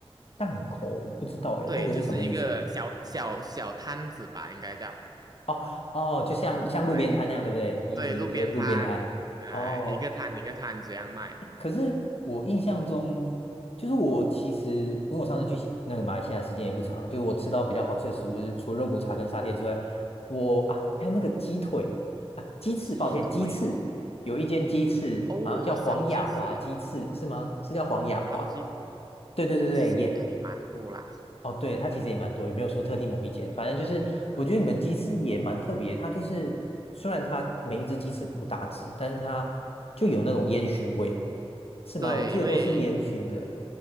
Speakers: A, on the left; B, on the right.
A: 档口我不知道诶，
B: 对，
A: 那个是什么意思？
B: 就是一个小小小摊子吧，应该叫。
A: 哦哦，就像像路边摊那样，
B: 对
A: 对不对？你意思就是说路边摊？
B: 对，路边摊，呃，
A: 哦
B: 一个摊一个摊这样卖。
A: 可是我印象中，就是我其实因为我上次去西那个马来西亚时间也不长，就是我吃到比较好吃的食物，就是除了肉骨茶跟沙爹之外，我啊还有那个鸡腿啊鸡翅，
B: 鸡腿
A: 抱歉鸡翅，有一间鸡翅好像叫黄雅华鸡翅是吗？
B: 哦，烧鸡翅，
A: 是叫黄雅华？
B: 烧鸡翅，
A: 对对对对，
B: 其实应该也蛮多啦。
A: 耶。哦，对，它其实也蛮多，也没有说特定某一间，反正就是我觉得你们鸡翅也蛮特别。
B: 是
A: 它就是虽然它每一只鸡翅不大只，但是它就有那种烟熏味，是吗？
B: 对，
A: 我记得都是烟熏的。
B: 因为